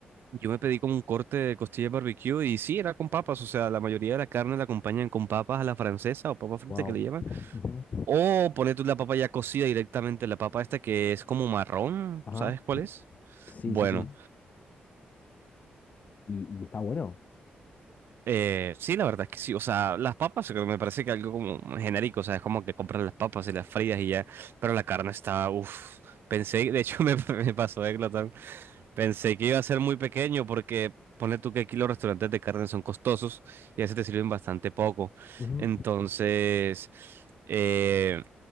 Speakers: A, on the right; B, on the left.
A: Yo me pedí como un corte de costilla de barbecue y sí, era con papas, o sea, la mayoría de la carne la acompañan con papas a la francesa o papa frita
B: Wow.
A: que le llaman.
B: Ujú,
A: O poner tú la papa ya cocida directamente, la papa esta que es como marrón,
B: Ajá.
A: ¿sabes cuál es?
B: Sí,
A: Bueno.
B: sí, sí. Y, y está bueno.
A: Eh, sí, la verdad es que sí. O sea, las papas creo que me parece que algo como genérico. O sea, es como que compras las papas y las frías y ya. Pero la carne está, uff. Pensé, de hecho <laughs> me, me pasó de glotón. Pensé que iba a ser muy pequeño porque pone tú que aquí los restaurantes de carne son costosos y a veces te sirven bastante poco.
B: Ujú.
A: Entonces, eh,